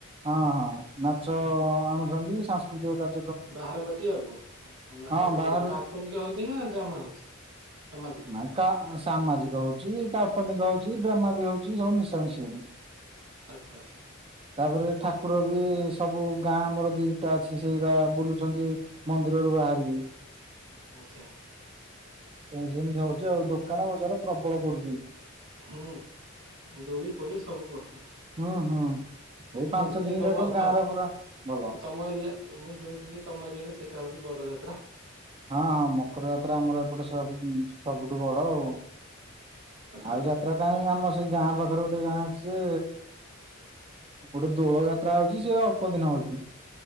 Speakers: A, on the right (about 30°); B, on the right (about 75°).
A: ହଁ ହଁ ନାଚ ଆଣୁଛନ୍ତି ସାଂସ୍କୃତିକ କାର୍ଯ୍ୟ
B: ବାହାର ବାଟି ଆଉ ବାହାର
A: ହଁ
B: ପଟି
A: ବାହାରୁ
B: ହଉଛି କାଳ୍ପନିକ ହଉଛି ନାଁ ଡ୍ରାମା ହଉଛି? ସାମାଜିକ?
A: ନାଇଁ କାସ ସାମାଜିକ ହଉଛି କାଳ୍ପନିକ ହଉଛି ଡ୍ରାମା ବି ହଉଛି ସବୁ ମିଶା ମିଶି ହଉଛି।
B: ଆଚ୍ଛା ଆଚ୍ଛା
A: ତାପରେ ଠାକୁର ବି ସବୁ ଗାଁ ଆମର ଦିଟା ଅଛି ସେଇରା ବୁଲୁଛନ୍ତି ମନ୍ଦିରରୁ ବାରି
B: ଆଚ୍ଛା।
A: ଏମତି ସେମିତି ହଉଛି ଆଉ ଦୋକାନ ବଜାର ପ୍ରବଳ ପଡୁଛି।
B: ହୁଁ ଦୋଳି ଫୋଳି ସବୁ ପଡିଥିବ।
A: ହୁଁ ହୁଁ।
B: ମୁଁ
A: ଏଇ
B: ଶୁଣିଥିଲି
A: ପାଞ୍ଚ ଦିନ
B: ତମ
A: ଯାକ ଗାଁ
B: ତ
A: ରେ ପୁରା ଭଲ
B: ତମ ଏରିଆ ମୁଁ ଶୁଣିଥିଲି ଯେ ତମ ଏରିଆରେ ସେଇଟା ହଉଛି ବଡ ଯାତ୍ରା।
A: ହଁ ହଁ ମକର ଯାତ୍ରା ଆମର ଏପଟେ ସବ ସବୁଠୁ ବଡ ଆଉ।
B: ଆଚ୍ଛା
A: ଆଉ
B: ଆଚ୍ଛା
A: ଯାତ୍ରା କାଇଁ ଆମ ସେଇ ଗାଁ ପାଖରେ ଗୋଟେ ଗାଁ ଅଛି ଯେ ଗୋଟେ ଦୋଳ ଯାତ୍ରା ହଉଛି ସେ ଅଳ୍ପ ଦିନ ହଉଛି।